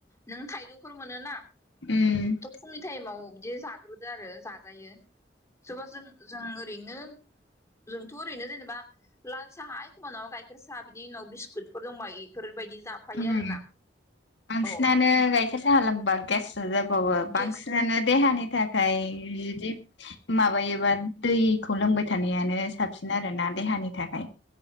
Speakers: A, on the left; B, on the left.
A: नों थाइजौफोर मोनो ना
B: उम
A: थ' फुंनि ताइमाव दि जाग्रोदो आरो जाजायो सोरबा जों जों ओरैनो जोंथ' ओरैनो जेनेबा लाल साहा एखमबा नङाबा गाइखेर साहा बिनि उनाव बिस्कुटफोर दंबा इफोरबायदि जाफायो
B: उम,
A: आरोना
B: बांसिनानो
A: औ
B: गाइखेर साहा लोंबा गेस सो जाबावो बांसिनानो
A: गेस
B: देहानि था खाय जुदि माबायोबा दैखौ लोंबाय थानायानो साबसिन आरोना देहा नि थाखाय।